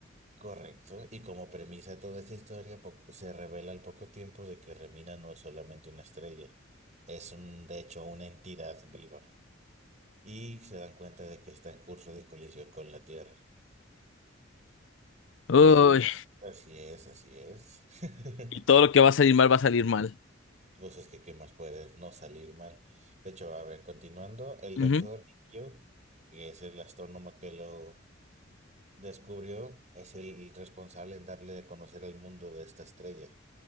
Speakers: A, on the right; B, on the left.
A: Correcto. Y como premisa de toda esta historia, po- se revela al poco tiempo de que Remina no es solamente una estrella, es un, de hecho una entidad viva. Y se dan cuenta de que está en curso de colisión con la Tierra.
B: Uy,
A: El... Así es, así es. <laughs>
B: y todo lo que va a salir mal va a salir mal.
A: Pues es que, ¿qué más puedes? No salir mal. De hecho, a ver, continuando, el
B: Ujú,
A: doctor Kyo, que es el astrónomo que lo descubrió, es el responsable en darle a conocer al mundo de esta estrella.